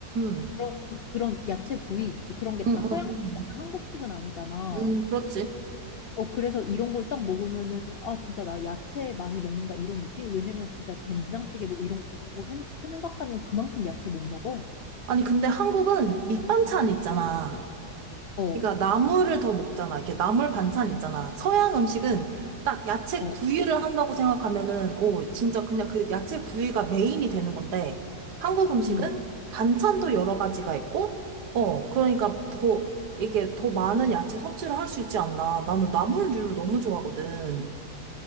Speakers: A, on the right (about 85°); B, on the left (about 85°).
A: 응,
B: 그런 그런 야채 구이 있지. 그런 게
A: 응,
B: 다 서양식이잖아.
A: 응, 응,
B: 한국식은 아니잖아.
A: 응, 그렇지.
B: 어 그래서 이런 걸 딱 먹으면은 아 진짜 나 야채 많이 먹는다 이런 느낌? 왜냐면 진짜 된장찌개 뭐 이런 거 생- 생각하면 그만큼 야채 못 먹어.
A: 아니, 근데 한국은 밑반찬 있잖아.
B: 어,
A: 그러니까 나물을 더 먹잖아. 이렇게 나물 반찬 있잖아. 서양 음식은 딱 야채
B: 어,
A: 구이를 한다고 생각하면은, 어, 진짜 그냥 그 야채 구이가 메인이 되는 건데, 한국 음식은
B: 응.
A: 반찬도 여러 가지가 있고, 어, 그러니까 더, 이게 더 많은 야채 섭취를 할 수 있지 않나. 나는 나물류를 너무 좋아하거든.